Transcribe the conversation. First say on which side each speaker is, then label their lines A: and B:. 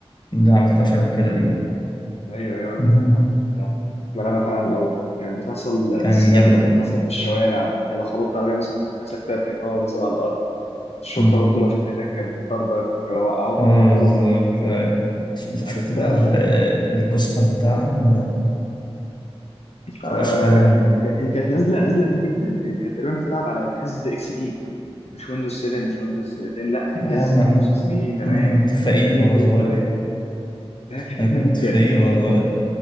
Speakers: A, on the left; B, on the left.
A: ده عملتهاش قبل كده دي
B: ايوه ايوه عرفتها
A: مهم.
B: لا لا عرفتها كنت بلعبها فعلا او كانت بتحصل السباقات
A: كانت جامدة
B: بتاعتك بتحصل في الشوارع انت لو خبطت عربيه مثلا ممكن تلاقي نفسك طاير في الهواء ونازل على الارض الشرطه
A: مم.
B: برضو لو شافتك كانت بتطاردك وقعوك
A: اه
B: ممكن يتقبض عليك
A: بالظبط أيوة. ش-
B: عرفتها
A: شفت بقى
B: عرفتها
A: ال- البوستر بتاعها مرعب
B: آه
A: أو أشكالهم
B: هي كانت نازله نازله قديم جدا دي كانت تقريبا بتلعب على جهاز اكس بي مش ويندوز 7 مش ويندوز 10 لا كان
A: لا
B: جهاز
A: يا عم احنا
B: ويندوز اكس بي زمان
A: انا كنت
B: من
A: فقير
B: 2003
A: وانا صغير
B: باين ده كانت
A: انا
B: قديمه
A: كنت
B: جدا
A: فقير وانا صغير